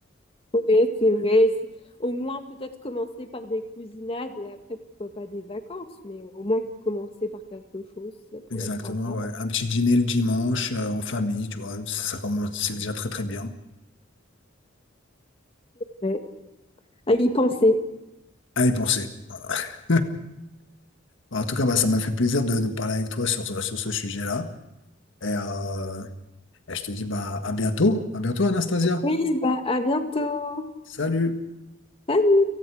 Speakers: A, on the left; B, on the left.
A: Oui, c'est vrai. C'est- Au moins, peut-être commencer par des cousinades et après, pourquoi pas des vacances, mais au moins commencer par quelque chose, ça pourrait
B: Exactement,
A: être sympa.
B: ouais. Un petit dîner le dimanche, euh, en famille, tu vois, ça commence, c'est déjà très très bien.
A: Ouais. À y penser.
B: À y penser. Voilà. <laughs> En tout cas, bah, ça m'a fait plaisir de, de parler avec toi sur, ce- sur ce sujet-là. Et, euh, et je te dis bah, à bientôt. À bientôt, Anastasia.
A: Oui, bah, à bientôt.
B: Salut.
A: Salut.